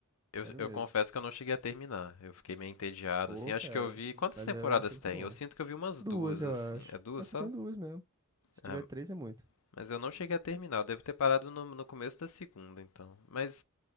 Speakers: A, on the left; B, on the right.
A: Eu,
B: Sério
A: eu
B: mesmo.
A: confesso que eu não cheguei a terminar, eu fiquei meio entediado,
B: Pô,
A: assim. Acho
B: cara,
A: que eu vi. Quantas
B: mas
A: temporadas
B: eu achei muito
A: tem?
B: bom.
A: Eu sinto que eu vi umas
B: Duas,
A: duas,
B: eu
A: assim.
B: acho.
A: É duas
B: Ah, só
A: só?
B: tem duas mesmo. Se
A: Ah,
B: tiver três, é muito.
A: Mas eu não cheguei a terminar. Eu devo ter parado no, no começo da segunda, então. Mas